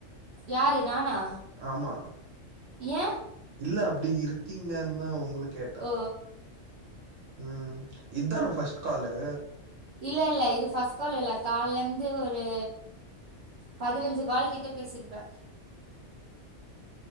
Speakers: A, on the right; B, on the right.
A: யாரு நானா
B: ஆமா
A: ஏ
B: இல்ல அப்டி இருக்கீங்கன் தா உங்களு கேட்ட
A: ஓ
B: ம் இதானா ஃபஸ்ட் காலு
A: இல்ல இல்ல இது ஃபஸ் காலில்ல கால்ல இருந்து ஒரு பதினஞ்சு கால் கிட்ட பேசிருப்ப